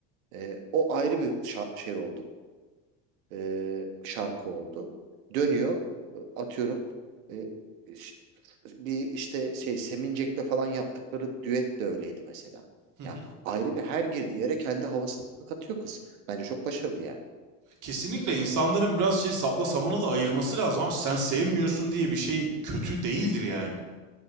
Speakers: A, on the right; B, on the right.
A: Ee, o ayrı bir şa- şey oldu. Ee, şarkı oldu. Dönüyor e, atıyorum e, ş- bir işte şey Semincek'le falan yaptıkları düet de öyleydi mesela.
B: Hı hı.
A: Yani ayrı bir her girdiği yere kendi havasını katıyor kız. Bence çok başarılı yani.
B: Kesinlikle insanların biraz şey sapla samanı da ayırması lazım abi. Sen sevmiyorsun diye
A: Hı
B: bir
A: hı.
B: şey kötü değildir yani.